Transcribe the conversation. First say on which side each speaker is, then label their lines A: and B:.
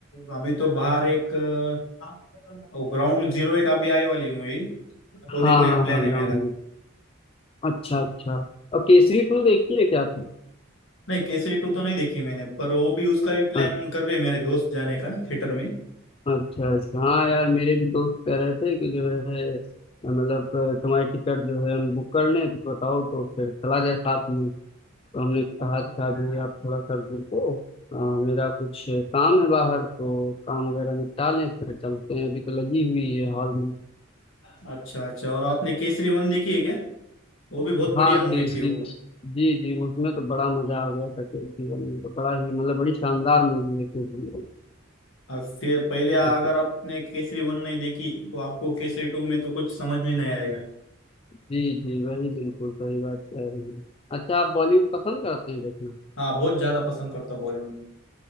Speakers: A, on the left; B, on the left.
A: अभी तो बाहर एक अ, वो ग्राउंड जीरो एक अभी आए वाली मूवी वो देखने
B: हाँ हाँ
A: का प्लान
B: हाँ
A: है
B: ग्राउंड
A: मेरा
B: अच्छा अच्छा और केसरी टू देखी है क्या आपने
A: नहीं केसरी टू तो नहीं देखी मैंने पर वो भी उसका भी प्लान
B: अच्छा
A: कर रहे हैं मेरे दोस्त जाने का थिएटर में
B: अच्छा अच्छा हाँ यार मेरे भी दोस्त कह रहे थे कि जो है मतलब अ, तुम्हारी टिकट जो है हम बुक कर लें तो बताओ तो फिर चला जाए साथ में तो हमने कहा
A: अच्छा
B: था अभी आप थोड़ा सा रुको अ, मेरा कुछ काम है बाहर तो काम वगैरह निपटा लें फिर चलते हैं अभी तो लगी हुई है हॉल में
A: अच्छा और आपने केसरी वन देखी है क्या वो भी बहुत बढ़िया
B: हाँ
A: मूवी
B: कि इस
A: थी
B: दिन
A: वो
B: जी जी उसमें तो बड़ा मजा आ गया था कि जीवन में तो बड़ा ही मतलब बड़ी शानदार मूवी है क्योंकि
A: अब फिर पहले अगर
B: उस-
A: आपने केसरी वन नहीं देखी तो आपको केसरी टू में तो कुछ समझ में नहीं आएगा
B: जी जी वही बिल्कुल सही बात कह रहे हैं अच्छा आप बॉलीवुड पसंद करते हैं देखना
A: हाँ बहुत ज्यादा पसंद करता बॉलीवुड में